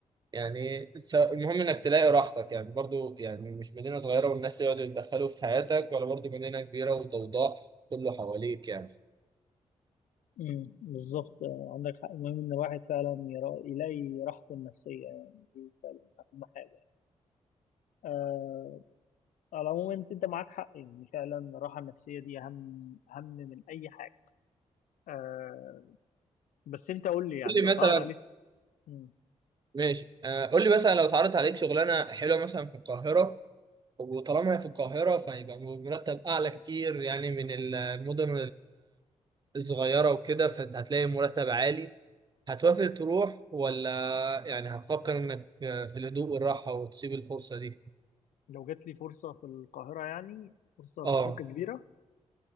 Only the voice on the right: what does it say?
يعني سواء- المهم انك تلاقي راحتك يعني برضو يعني مش مدينه صغيره والناس يقعدوا يتدخلوا في حياتك ولا برضو مدينه كبيره وضوضاء كله حواليك يعني
قول
لي
مثلا
ماشي آه، قول لي مثلا لو اتعرضت عليك شغلانه حلوه مثلا في القاهره وطالما هي في القاهره فهيبقى مرتب اعلى كتير يعني من المدن الصغيره وكده فهتلاقي مرتب عالي هتوافق تروح ولا يعني هتفكر انك في الهدوء والراحة وتسيب الفرصة دي
اه